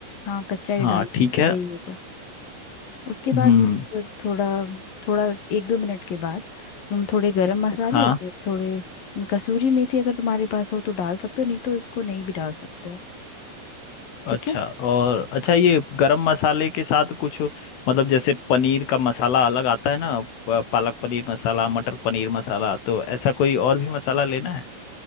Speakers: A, on the left (about 45°); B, on the left (about 80°).
A: हाँ कच्चा ही
B: हाँ
A: डालना
B: ठीक
A: सही
B: है
A: होगा उसके बाद
B: हम्म
A: जब थोड़ा थोड़ा एक दो मिनट के बाद तुम थोड़े गरम मसाले
B: हाँ
A: और थोड़े कसूरी मेथी अगर तुम्हारे पास हो तो डाल सकते हो नहीं तो उसको नहीं भी डाल सकते हो ठीक
B: अच्छा
A: है
B: और अच्छा ये गरम मसाले के साथ कुछ मतलब जैसे पनीर का मसाला अलग आता है ना प- पालक पनीर मसाला मटर पनीर मसाला तो ऐसा कोई और भी मसाला लेना है